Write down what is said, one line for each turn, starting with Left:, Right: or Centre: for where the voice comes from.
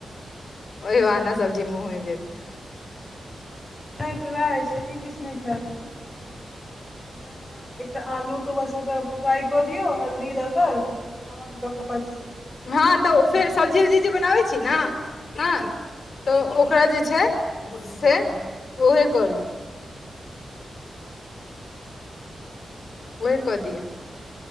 Left: ओह बहाने सब्जी मुँहमे जेतै
Centre: नहि त वएह छैय <unintelligible> इ किछु नहि खायत किछु नहि दाइल भात एकटा आलू बस फ्राई कऽ दियऔ हल्दी दऽ क नमक दऽ के पेक
Left: ह
Centre: आलू
Left: तऽ फेर सब्जी उब्जी जे बनाबै छीय न ह तऽ ओकरा जे छैय से उहे करू ओह कऽ दिऔ